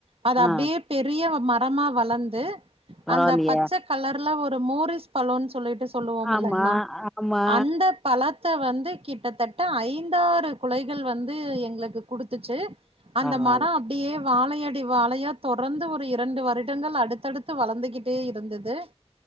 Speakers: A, on the right; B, in the centre.
A: அது அப்டியே
B: ஆ
A: பெரிய மரமா வளந்து
B: பரவாயில்லையே
A: அந்த பச்ச கலர்ல ஒரு மோரிஸ் வாழைபழன் சொல்லிட்டு சொல்லுவோம்ல்லங்மா
B: ஆமா ஆமா
A: அந்த பழத்த வந்து கிட்டத்தட்ட ஐந்தாறு குலைகள் வந்து எங்ளுக்கு குடுத்துச்சு அந்த
B: பரவால்ல
A: மரோ அப்டியே வாழையடி வாழையா தொடர்ந்து ஒரு இரண்டு வருடங்கள் அடுத்தடுத் து வளந்துகிட்டே இருந்தது